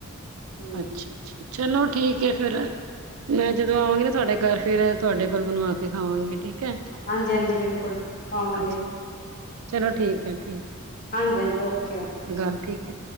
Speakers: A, on the left; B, on the right.
A: ਹੂੰ
B: ਅੱਛਾ ਛਾ, ਚਲੋ ਠੀਕ ਏ ਫੇਰ। ਮੈਂ ਜਦੋਂ ਆਵਾਂਗੀ ਨਾ ਤੁਹਾਡੇ ਘਰ ਫੇਰ ਤੁਹਾਡੇ ਕੋਲੋ ਬਣਵਾ ਕੇ ਖਾਵਾਂਗੀ, ਠੀਕ ਹੈ।
A: ਹਾਂਜੀ ਹਾਂਜੀ, ਬਿਲਕੁਲ ਖਵਾਵਾਂਗੇ।
B: ਅੱਛਾ ਚਲੋ ਠੀਕ ਹੈ ਠੀਕ
A: ਹਾਂਜੀ ਹਾਂਜੀ, ਓਕੇ ਓਕੇ ਠੀਕ।
B: ਗੱਲ ਠੀਕ ਹੈ।